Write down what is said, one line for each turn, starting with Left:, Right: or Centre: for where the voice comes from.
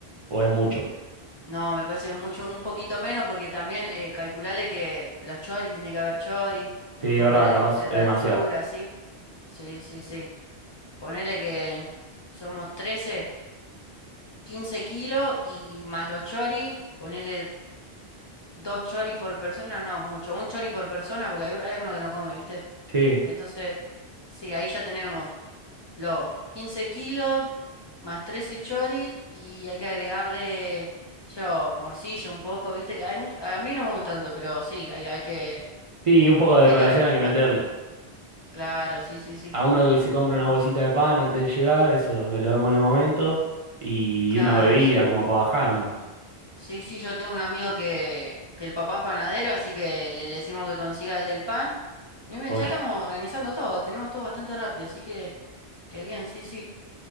Right: ¿O es mucho?
Left: No, me parece que es mucho, un poquito menos, porque también eh, calculale que los chori, tiene que haber chori,
Right: Sí,
Left: un poco
Right: es verdad,
Left: de,
Right: capaz
Left: de
Right: es demasiado.
Left: la sí. Sí, sí, sí. Ponele que somos 13 15 kilos y más los chori, ponele dos chori por persona, no es mucho, un chori por persona, porque hay, hay uno que no come, ¿viste?
Right: Sí,
Left: Entonces, sí, ahí ya tenemos los 15 kilos más 13 chori y hay que agregarle, qué sé yo, morcilla un poco, viste que hay mucho, a mí no me gusta tanto, pero sí, hay, hay que,
Right: sí, un poco de
Left: hay
Right: decoración
Left: que organizar.
Right: hay que meterle.
Left: Claro, sí, sí, sí.
Right: a uno que se compra
Left: Ujú.
Right: una bolsita de pan antes de llegar, eso que lo vemos en el momento, y
Left: Claro,
Right: una bebida
Left: sí.
Right: como para bajar o no.
Left: Sí, sí, yo tengo un amigo que, que el papá es panadero, así que le, le decimos que consiga él el pan. Mira,
Right: Joya.
Left: ya estamos organizando todo, tenemos todo bastante rápido, así que, que bien, sí, sí.